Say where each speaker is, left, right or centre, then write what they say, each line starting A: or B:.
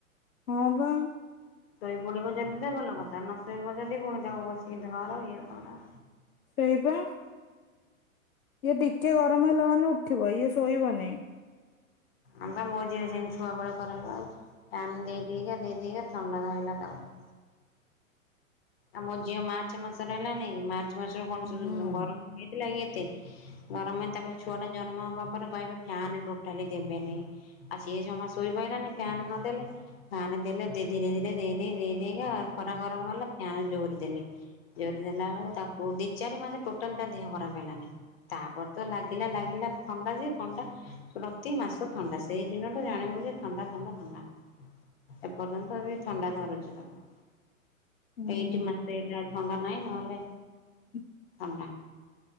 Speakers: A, on the left; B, on the left.
A: ହଁ ବା।
B: ଶୋଇ ପୁଡିବ ଯଦି ତ ଗଲ କଥା ନ ଶୋଇବ ଯଦି ପୁଣି ତାକୁ ବସିକି ଧର ଇଏ କଣଉ
A: ସେଇବା ଇଏ ଟିକେ ଗରମ ହେଲା ମାନେ ଉଠିବ ଇଏ ଶୋଇବନି।
B: ଆମ ତ ମୋ ଝିଅ ସେମିତି ଛୁଆବେେଳେ କରବା ଆଉ ପ୍ୟାନ ଦେଇେଇକ ଦେଇ ଦେଇେଇକା ଥଣ୍ଡା ଧରଲା ତାକୁ ଆଉ ମୋ ଝିଅ ମାର୍ଚ୍ଚ ମାସରେ ହେଲାାନି ମାର୍ଚ୍ଚ ମାସରୁ କଣ ସବୁ
A: ହୁଁ
B: ଗରମ ହେଇଥିଲା କିି ଏତେ ଗରମ ତାପରେ ଛୁଆ ଟା ଜନ୍ମ ହବା ପରେ କହିବେ ଫ୍ୟାନ ଟୋଟାଲି ଦେବେନି। ଆଉ ସେ ଜମା ଶୋଇବନାାନ ଫ୍ୟାନ ନଦେଲେ ଫାନ ଦେଲେ ଧୀରେ ଧୀରେ ଦେଇ ଦେଇେଇ ଦେଇ ଦେଇକ ଖରା ଗରମ ହେଲା ଫାନ ଜୋରିଦଲେ ଜୋର ଦେଲା ବେଳକୁ ତାକୁ ଦି ଚାରି ମାସ ଟୋଟାଲ ଟା ଦେହ ଖରାପ ହେଲାନି। ତାପରେ ତ ଲାଗିଲା ଲାଗିଲା ଥଣ୍ଡା ଯେ ଥଣ୍ଡା ପ୍ରତି ମାସ ଥଣ୍ଡା ସେଇ ଦିନଠୁ ଜାଣିବୁ ଯେ ଥଣ୍ଡା ଥଣ୍ଡା ଥଣ୍ଡା ଏପର୍ଯ୍ୟନ୍ତ ଏ ଥଣ୍ଡା ଧରୁଛି ତାକୁ
A: ହୁଁ
B: ଏଇଠି ମସଲା ଥଣ୍ଡା ନାଇଁ ନହେଲେ
A: ହୁଁ।
B: ଧବା